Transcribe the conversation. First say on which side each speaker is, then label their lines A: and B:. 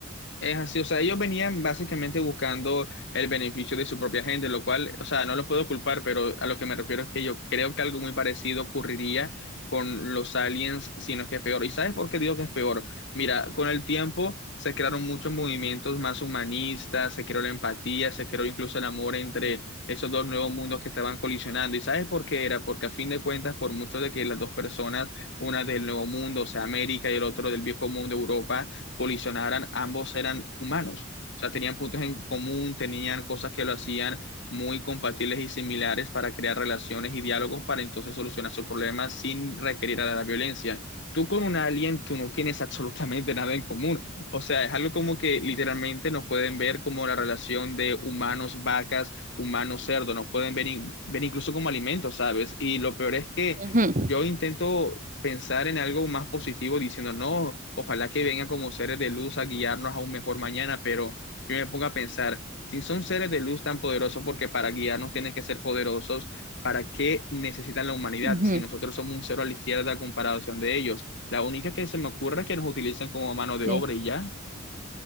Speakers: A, on the left; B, on the right.
A: Es así, o sea, ellos venían básicamente buscando el beneficio de su propia gente, lo cual, o sea, no los puedo culpar, pero a lo que me refiero es que yo creo que algo muy parecido ocurriría con los aliens, si no es que es peor. ¿Y sabes por qué digo que es peor? Mira, con el tiempo se crearon muchos movimientos más humanistas, se creó la empatía, se creó incluso el amor entre esos dos nuevos mundos que estaban colisionando. ¿Y sabes por qué era? Porque a fin de cuentas, por mucho de que las dos personas, una del nuevo mundo, o sea, América y el otro del viejo mundo, Europa, colisionaran, ambos eran humanos. O sea, tenían puntos en común, tenían cosas que lo hacían muy compatibles y similares para crear relaciones y diálogos para entonces solucionar sus problemas sin requerir a la violencia. Tú con un alien, tú no tienes absolutamente nada en común. O sea, es algo como que literalmente nos pueden ver como la relación de humanos, vacas, humanos, cerdo. Nos pueden ver, in- ver incluso como alimentos, ¿sabes? Y lo peor es que
B: Ujú,
A: yo intento pensar en algo más positivo diciendo, no, ojalá que vengan como seres de luz a guiarnos a un mejor mañana, pero yo me pongo a pensar, si son seres de luz tan poderosos, porque para guiarnos tienen que ser poderosos, ¿para qué necesitan la humanidad
B: ujú.
A: si nosotros somos un cero a la izquierda a comparación de ellos? La única que se me ocurre es que nos utilizan como mano de
B: Sí.
A: obra y ya.